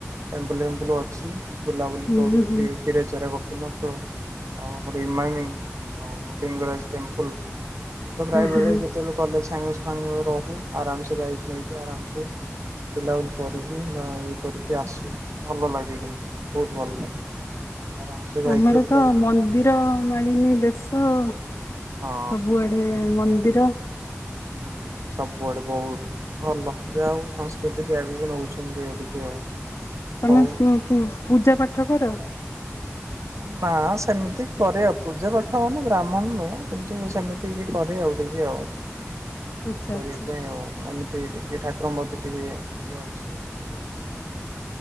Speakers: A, on the right; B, on the left.
A: ଟେମ୍ପଲ ଫେମ୍ପଲ ଅଛି। ବୁଲାବୁଲି
B: ହୁଁ
A: କରୁ
B: ହୁଁ
A: କ୍ଷୀର ଚରା ଗୋପିନା। ସନାପ ଆଉ ଆମର ଇମାମି ଆଉ ଲିଙ୍ଗରାଜ। ଲ ଆମେ ତ ପ୍ରାୟବେେଳେ
B: ହୁଁ ହୁଁ
A: ଯେତେବେଳେ କଲେଜ ସାଙ୍ଗ ସାଙ୍ଗ ରହୁ ଆରାମସ। ବାାଇକ ନେଇକ ଆରାମ ସେ। ବୁଲାବୁଲି କରିକି ନ ଇଏ କରିକି ଆସୁ ଭଲ ଲାଗେ କିନ୍ତୁ। ବହୁତ ଭଲ ଲାଗେ ଆରାମସେ ବାଇକରେ
B: ଆମର
A: ବୁଲାବୁଲି
B: ତ ମନ୍ଦିର
A: ହଁ
B: ମାଳିନୀ ଦେଶ। ସବୁଆଡେ
A: ହଁ
B: ମନ୍ଦିର।
A: ହଁ ସବୁଆଡେ ବହୁତ ଭଲ ଯାହା ହଉ ସଂସ୍କୃତିକ ଆଗକୁ ନଉଛନ୍ତି ଆଉ ଟିକେ ଆଉ।
B: ତମେ
A: ହଉ
B: ପୂଜା ପାଠ କର।
A: ନା ସେମିତି କରିବା ପୂଜା ପାଠ ମାନେ ବ୍ରାହ୍ମଣ ନୁହଁ କିନ୍ତୁ ସେମିତି ବି କରିବା। ଆଉ
B: ଆଚ୍ଛା
A: କରିବା
B: ଆଚ୍ଛା
A: ପାଇଁ ଆଉ ଏମିତି। ଟିକେ ଠାକୁରଙ୍କ ମେ ଟିକେ ଇଏ ଅଛି ଆ କରିବାକୁ ପାଇଁ।